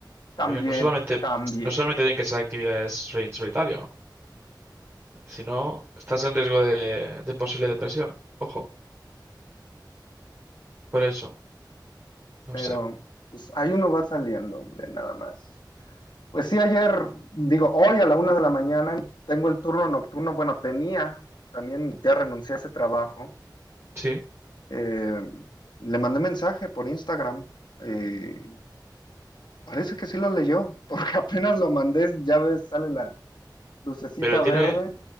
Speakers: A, on the left (about 70°); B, on the right (about 35°).
A: también,
B: Porque no solamente,
A: también,
B: no solamente tienen que ser actividades en solitario, sino estás en riesgo de, de posible depresión. Ojo, por eso, no
A: pero
B: sé.
A: pues ahí uno va saliendo, hombre, nada más. Pues sí, ayer, digo, hoy a la una de la mañana tengo el turno nocturno. Bueno, tenía, también ya renuncié a ese trabajo.
B: Sí.
A: Eh, le mandé mensaje por Instagram. Eh, parece que sí lo leyó, porque <laughs> apenas lo mandé, ya ves, sale la lucecita
B: ¿Pero
A: verde.
B: tiene,